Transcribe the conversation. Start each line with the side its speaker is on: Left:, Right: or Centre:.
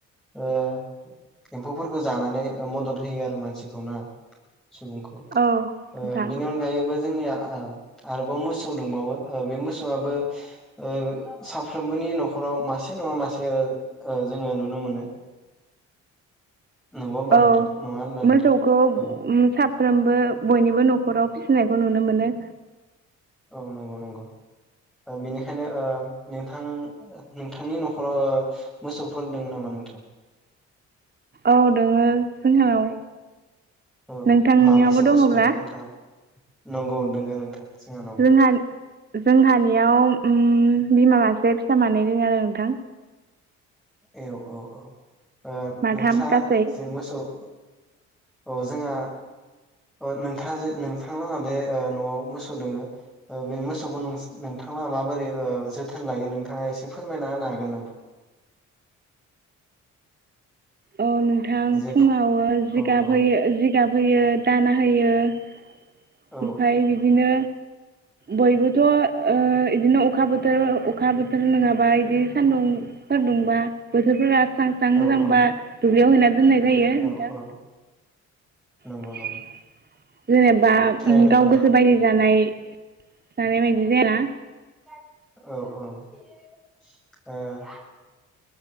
Centre: ओ एम्फौफोरखौ जानानै मदद होयो आरो मानसिखौ ना? सुबुंखौ ओ
Right: औ नोंथां
Centre: बेनि अनगायैबो जोंनिया ओ आरोबाव मोसौ दंबावो ओ बे मोसौआबो ओ साफ्रोमबोनि नखराव मासे नंङा मासे ओ जोंङो नुनो मोनो। नंगौ होमबा नोंथां
Right: औ
Centre: नङा होनबा नोंथां
Right: मोसौखौ
Centre: औ
Right: उम सा साफ्रोमबो बयनिबो नखराव फिसिनायखौ नुनो मोनो।
Centre: औ नंगौ नंगौ ओ बेनिखायनो ओ नोंथां नोंथांनि नखराव ओ मोसौफोर दंङ नामा नोंथां?
Right: औ दोंङो जोंहानाव।
Centre: औ
Right: नोंथांनियावबो
Centre: माबैसे मोसौ
Right: दंङब्ला?
Centre: दोङो नोंथाङा नंगौ दोंङो नोंथां जोंहानावबो
Right: जोंहा जोंहानियाव ओम बिमा मासे फिसा मानै दोंङो आरो नोंथां।
Centre: ए औ औ। ओ
Right: माथाम
Centre: नोंस्रा
Right: गासै
Centre: जे मोसौ औ जोंहा ओ नोंथां जे नोंथांलाहा दे ओ नआव मोसौ दोंङो ओ बे मोसौखौ नोंथांलाहा माबोरै ओ जोथोन लायो नोंथाङा एसे फोरमायना होनो हागोन नामा?
Right: औ नोंथां
Centre: जे
Right: फुंङाव
Centre: फुं
Right: ओ जिगाब
Centre: औ औ
Right: होयो जिगाब होयो दाना होयो। ओमफ्राय
Centre: औ
Right: बिदिनो बयबोथ ओ इदिनो अखा बोथोर अखा बोथोर नंङाबा इदि सान्दुंफोर दुंब्ला बोथोरफोरा स्रां स्रां
Centre: औ
Right: मोजांबा
Centre: औ
Right: दुब्लियाव हैनाय दोननाय जायो नोंथां
Centre: औ औ नंगौ
Right: <inaudible>
Centre: नंगौ
Right: जेनेबा
Centre: थारैनो
Right: ओम गाव
Centre: ओ
Right: गोसो बायदि जानाय। जानाय बायदि जायाना
Centre: औ औ ओ